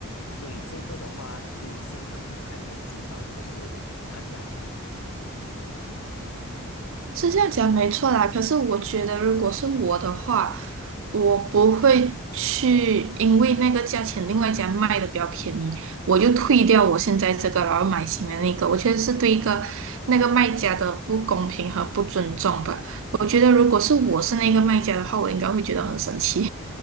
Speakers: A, on the left; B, on the right.
A: 所以这个的话，对于线上平台，我主打的就是看价钱。
B: 是这样讲没错啦，可是我觉得如果是我的话，我不会去因为那个价钱，另外一家卖的比较便宜，我就退掉我现在这个，然后买新的那个。我觉得是对一个那个卖家的不公平和不尊重吧。我觉得如果是我是那个卖家的话，我应该会觉得很生气。